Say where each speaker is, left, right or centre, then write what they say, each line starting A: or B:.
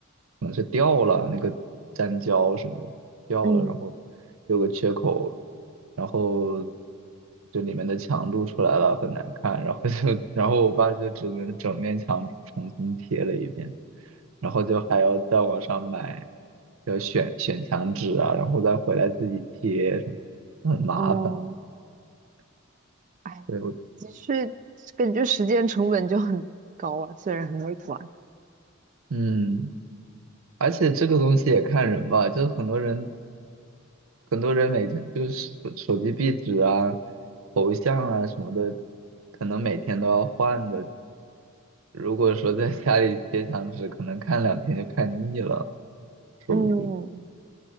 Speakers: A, on the right; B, on the right.
A: 可能是掉了那个粘胶什么的掉了，
B: 嗯
A: 然后有个缺口，然后就里面的墙露出来了，很难看。然后就 <laughs> 然后我爸就只能整面墙重新贴了一遍，然后就还要在网上买，要选选墙纸啊，然后再回来自己贴什么，很麻烦。
B: 哦，哎，
A: 所以我。
B: 的确感觉时间成本就很高了，虽然很美观，
A: 嗯，而且这个东西也看人吧，就是很多人，很多人每天就是手手机壁纸啊、头像啊什么的，可能每天都要换的。如果说在家里贴墙纸，可能看两天就看腻了，说不定。
B: 嗯，